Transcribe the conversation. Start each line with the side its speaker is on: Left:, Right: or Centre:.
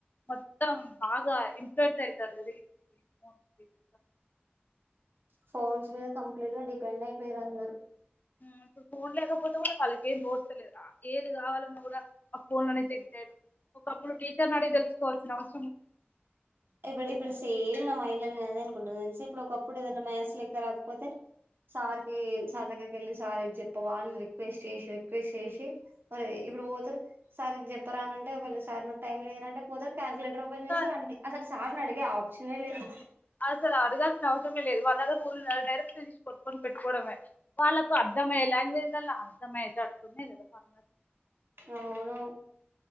Left: మొత్తం బాగా ఇంఫేంట్ అయితారు ఇది ఇన్మోన్ ఇది
Right: ఫోన్స్ మీద కంప్లీట్ గా డిపెండ్ అయిపోయారు అందరు
Left: ఉమ్, ఇప్పుడు ఫోన్ లేకపోతే కూడా వాళ్ళకి ఏం తోస్తలేదు ఏది కావాలన్నా కూడా ఆ ఫోన్ లనే చెక్ చేయడం ఒకప్పుడు టీచర్ని అడిగి తెలుసుకోవాల్సిన అవస్
Right: ఇప్పుడిప్పుడు సేమ్ నా మైండ్లనె నేను అదే అనుకున్న నాక్ తెలుసి ఇప్పుడు ఒకప్పుడు ఏదైనా మ్యాస్ లెక్క రాకపోతే సార్కి సార్ దగ్గరికెళ్ళి సార్ ఇది చెప్పవా అనీ రిక్వెస్ట్ చేసి రిక్వెస్ట్ చేసి మరే ఇప్పుడు పోతరు సార్ ఇద్ చెప్పరా అనంటే ఒకట్ సార్ నాకు టైం లేదరంటే పోతరు క్లాస్లక్ ఓపెన్
Left: అంతా
Right: చేసారు అన్ని అసలు సార్ని అడిగే ఆప్షనే లేదు
Left: అసలు అడగాల్సిన అవసరమే లేదు వాళ్ళ దగ్గర ఉన్నది డైరెక్ట్ తీసి కొట్టుకొని పెట్టుకోవమే వాళ్ళకు అర్ద్ అర్థమయ్యే లాంగ్వేజ్లల్ల అర్థమయ్యేట అటున్నాయి కదా ఫార్మ
Right: అవును అవును